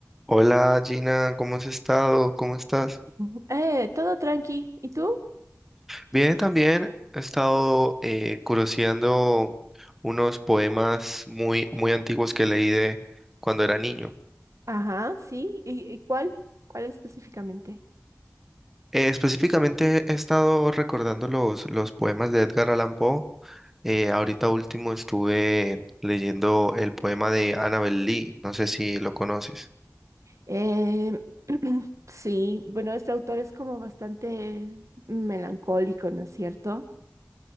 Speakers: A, in the centre; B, on the right.
A: Hola Gina, ¿cómo has estado? ¿Cómo estás?
B: Ujú. Eh, todo tranqui. ¿Y tú?
A: Bien, también he estado eh, curioseando unos poemas muy, muy antiguos que leí de cuando era niño.
B: Ajá, sí. ¿Y, y cuál? ¿Cuál específicamente?
A: Eh, específicamente he estado recordando los, los poemas de Edgar Allan Poe. Eh, ahorita último estuve leyendo el poema de Annabel Lee, no sé si lo conoces.
B: Eh, <clears throat> sí, bueno, este autor es como bastante melancólico, ¿no es cierto?